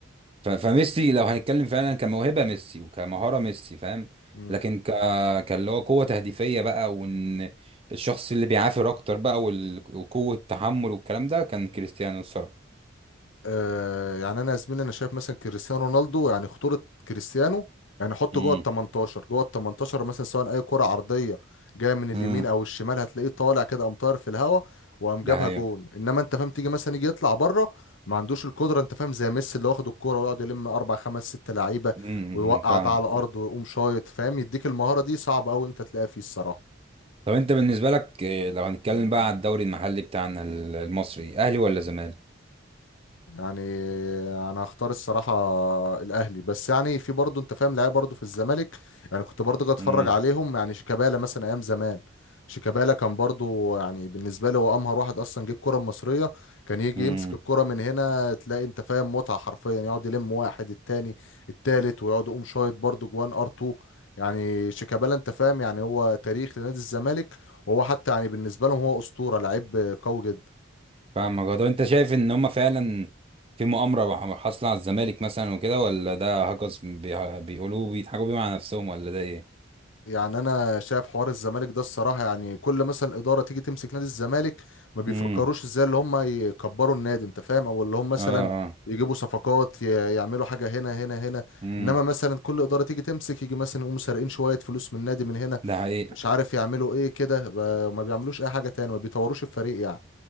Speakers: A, on the right; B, on the left.
A: ف- فميسي لو هنتكلم فعلا كموهبة ميسي وكمهارة ميسي فاهم
B: مم.
A: لكن ك كاللي هو قوة تهديفية بقى وان الشخص اللي بيعافر اكتر بقى وال- وقوة تحمل والكلام ده كان كريستيانو الصراحة
B: آه يعني انا يا زميلي انا شايف مثلا كريستيانو رونالدو يعني خطوره كريستيانو يعني حطه
A: امم
B: جوه ال 18 جوه ال 18 مثلا سواء اي كره عرضيه جايه من اليمين
A: امم
B: او الشمال هتلاقيه طالع كده قام طاير في الهواء وقام جابها
A: ده حقيقة
B: جون انما انت فاهم تيجي مثلا يجي يطلع بره ما عندوش القدره انت فاهم زي ميسي اللي واخد الكوره ويقعد يلم اربع خمس ست لعيبه
A: امم
B: ويوقع
A: فاهم
B: ده على الارض ويقوم شايط فاهم يديك المهاره دي صعب قوي انت تلاقيها فيه الصراحه
A: طب انت بالنسبة لك إيه، لو هنتكلم بقى على الدوري المحلي بتاعنا ال- المصري اهلي ولا زمالك
B: يعني انا هختار الصراحه الاهلي بس يعني في برضه انت فاهم لعيبه برضه في الزمالك يعني كنت برضه جاي اتفرج
A: امم
B: عليهم يعني شيكابالا مثلا ايام زمان شيكابالا كان برضه يعني بالنسبه لي هو امهر واحد اصلا جه الكره المصريه كان يجي
A: امم
B: يمسك الكره من هنا تلاقي انت فاهم متعه حرفيا يقعد يلم واحد التاني التالت ويقعد يقوم شايط برضه جوان ار 2 يعني شيكابالا انت فاهم يعني هو تاريخ لنادي الزمالك وهو حتى يعني بالنسبه لهم هو اسطوره لعيب قوي جدا
A: فاهمك هو طب انت شايف ان هما فعلا في مؤامرة حاصلة على الزمالك مثلا وكده ولا ده هجس بي- بيقولوه بيضحكوا بيه مع نفسهم ولا ده ايه؟
B: يعني انا شايف حوار الزمالك ده الصراحه يعني كل مثلا اداره تيجي تمسك نادي الزمالك ما بيفكروش
A: امم
B: ازاي اللي هم يكبروا النادي انت فاهم او اللي هم مثلا
A: اه اه
B: يجيبوا صفقات ي- يعملوا حاجه هنا هنا هنا
A: امم
B: انما مثلا كل اداره تيجي تمسك يجي مثلا يقوموا سارقين شويه فلوس من النادي من هنا
A: ده حقيقة
B: مش عارف يعملوا ايه كده ب- ما بيعملوش اي حاجه تاني ما بيطوروش الفريق يعني